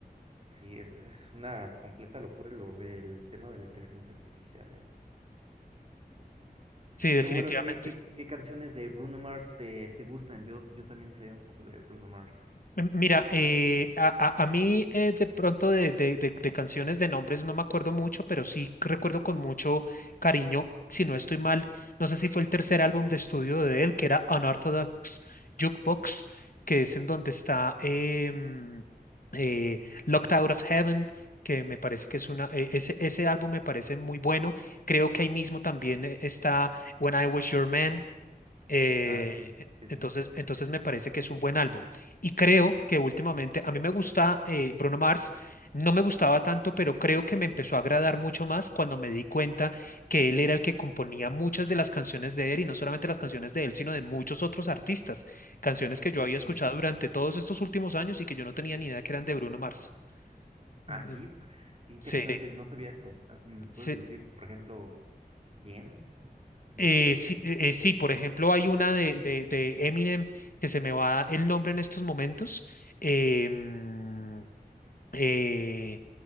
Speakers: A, on the right; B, on the left.
A: Sí, es, es una completa locura lo del tema de la inteligencia artificial, ¿eh? Sí, sí.
B: Sí,
A: Pero
B: definitivamente.
A: bueno, ¿qué, qué, qué canciones de Bruno Mars te, te gustan? Yo, yo también sé un poco de Bruno Mars.
B: M- Mira, eh, a, a- a mí eh, de pronto de, de- de- de canciones de nombres no me acuerdo mucho, pero sí recuerdo con mucho cariño, si no estoy mal, no sé si fue el tercer álbum de estudio de él, que era Unorthodox Jukebox, que es en donde está eh, mm, eh, Locked Out of Heaven, que me parece que es una, eh, ese, ese álbum me parece muy bueno. Creo que ahí mismo también eh, está When I Was Your Man. Eh,
A: Ah, sí,
B: e-,
A: sí, sí.
B: entonces, entonces me parece que es un buen álbum. Y creo que últimamente, a mí me gusta eh, Bruno Mars, no me gustaba tanto, pero creo que me empezó a agradar mucho más cuando me di cuenta que él era el que componía muchas de las canciones de él, y no solamente las canciones de él, sino de muchos otros artistas, canciones que yo había
A: ujú.
B: escuchado durante todos estos últimos años y que yo no tenía ni idea que eran de Bruno Mars.
A: Ah,
B: Mm,
A: sí, qué interesante,
B: Sí,
A: no sabía eso. Ah, ¿Me puedes
B: sí,
A: decir, por ejemplo, quién? Y- y-
B: Eh, sí, eh, eh, sí, por ejemplo, hay una de, de- de Eminem que se me va el nombre en estos momentos, eh, mm, eh,